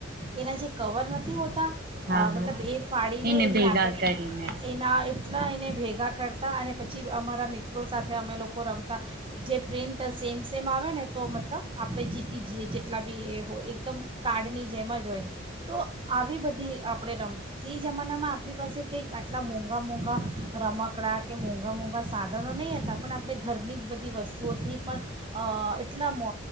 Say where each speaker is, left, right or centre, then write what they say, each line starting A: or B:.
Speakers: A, on the right (about 25°); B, on the right (about 50°).
A: એના જે કવર નથી હોતા?
B: હા
A: અહ મતલબ
B: હા
A: એ ફાડીને
B: એને
A: એની
B: ભેગા
A: આગળ
B: કરીને
A: એના એટલા એને ભેગા કરતા અને પછી અમારા મિત ત્રો સાથે અમે લોકો રમતા, જે પ્રિન્ટ સેમ સેમ આવે ને તો મતલબ આપણે જીતી જ્યે જેટલા બી એ હોય એકદમ કાર્ડની જેમ જ હોય. તો આવી બધી આપણે રમ. તી જમાનામાં આપણી પાસે કંઈક આટલા મોંઘા મોંઘા રમકડાં કે મોંઘા મોંઘા સા ધનો નહીં હતા પણ આપણે ઘરની જ બધી વસ્તુઓથી પણ અહ એટલા મો